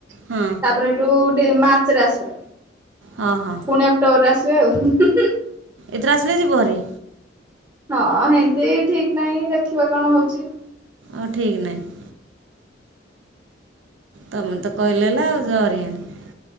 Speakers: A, on the right; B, on the right.
A: ହଁ।
B: ତାପରେ ସେଠୁ ଡି ମାର୍ଚ୍ଚ ରେ ଆସିବେ
A: ହଁ ହଁ
B: ପୁଣି ଅକ୍ଟୋବରରେ ଆସିବେ ଆଉ।
A: ଏଥିର ଆସିଲେ ଯିବ ହାରି?
B: ହଁ ହେନ୍ତି ଠିକ୍ ନାହିଁ ଦେଖିବା କଣ ହଉଚି।
A: ଓ ଠିକ ନାହିଁ। ତମେ ତ କହିଲେ ହେଲା ଆଉ ଜରିଆଣି।